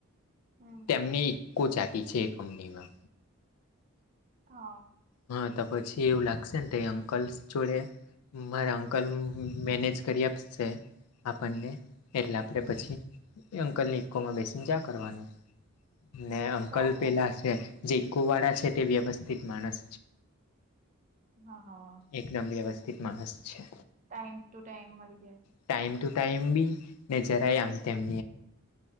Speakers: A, on the right (about 35°); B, on the left (about 75°).
A: હમ
B: તેમની એકકો જાતિ છે એ કંપનીમાં
A: હા
B: હા તો પછી એવું લાગશે ને તે અંકલસ જોડે મારા અંકલ મેનેજ કરી આપશે આપણને એટલે આપણે
A: હમ
B: પછી અંકલને ઇકોમાં બેસીને જા કરવાનું ને અંકલ
A: ચાલે
B: પેલા છે જે ઈકુ વાળા છે તે વ્યવસ્થિત માણસ
A: હા હા
B: એકદમ વ્યવસ્થિત માણસ છે.
A: ટાઈમ ટુ ટાઈમ મળી જાય
B: ટાઈમ ટુ ટાઈમ બી જરાય આમ તેમમ